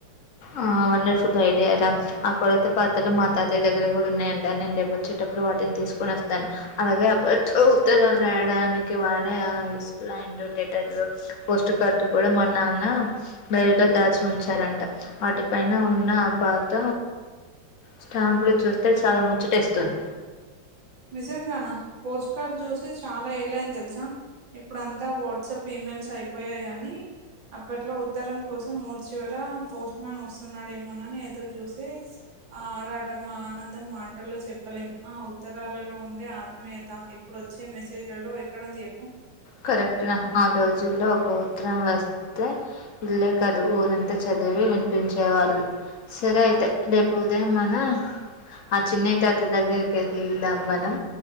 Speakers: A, on the left; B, on the right.
A: ఆ వండర్ఫుల్ ఐడియారా. ఆ కొలత పాత్రలు మా తాతయ్య దగ్గర గుడ ఉన్నయంట, నేను రేపు వచ్చేటప్పుడు వాటిని తీసుకొని వస్తాను. అలాగే అబట్లో ఉత్తరాలు రాయడానికి వాడే ఆ ఇస్తులాండ్ లెటర్లు పోస్టు కార్డు కూడా మా నాన్న బేరుగా దాచి ఉంచారంట. వాటిపైన ఉన్న ఆ పాత స్టాంపులు చూస్తే చాలా ముచ్చటేస్తుంది.
B: నిజంగానా పోస్ట్ కార్లు చూసి చాలా ఏలాయింది తెలుసా? ఇప్పుడంతా వాట్సాప్, ఇమెయిల్స్ అయిపోయాయి గాని అప్పట్లో ఉత్తరం కోసం రోడ్ చివర పోస్ట్ మన్ వస్తున్నాడేమోనని ఎదురు చూసే ఆ ఆరాటం ఆనందం మాటల్లో చెప్పలేం. ఆ అవు ఉత్తరాలలో ఉండే ఆత్మీయత, ఇప్పుడు వచ్చే మెసేజ్లలో ఎక్కడుంది చెప్పు?
A: కరెక్ట్ రా ఆ రోజుల్లో ఒక ఉత్తరం వస్తే ఇల్లే కాదు ఊరంతా చదివి వినిపించే వాళ్ళు. సరే అయితే రేపు ఉదయం మన ఆ చిన్నయి తాత దగ్గరికి ఎళ్దాం మనం.